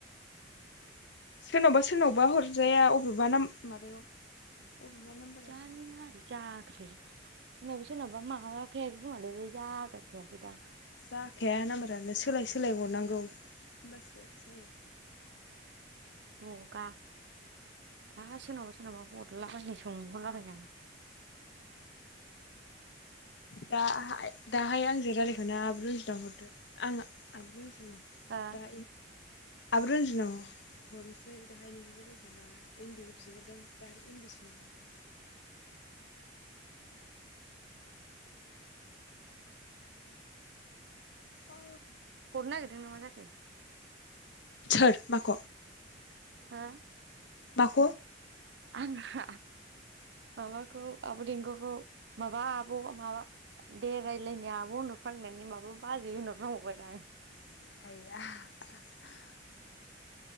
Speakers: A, on the left; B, on the right.
A: सोरनावबा सोरनावबा हरजाया अबेबा ना माबायाव अबेबा नाम्बाराव
B: जानि मारि जाख्रे सिनाबा सिनाबा माबाखायाखैखोमालै जागद्राय खायाखैदां
A: जाखाया नामबारानो सोलाय सोलाय हरनांगौ होमबासो जायो
B: हगा दा सोरनावबा सोरनावबा हरलाबायै सोंहरलाबायनो आं <unintelligible>
A: दाहाय दाहाय आंजों रायलायखखौनो आब रनजिता हरदो आं आब रनजि
B: आं
A: दा आब रनजिनाव हरनोसै दाहाय नोंजों रायलायखांबा एमबि बिहरदों दाहाय एमबि सोनो हरगोन।
B: <unintelligible>
A: औ।
B: हरनो नागिरदों नामा जाखो
A: सोर माक
B: हा
A: माख
B: आं हा माबाखौ आब देंखोखौ माबा आब माबा दे रायज्लायनि आब होनहरफ्लांनानै माबा बाजै होनहरफांबाय ब्रा आं
A: <inaudible>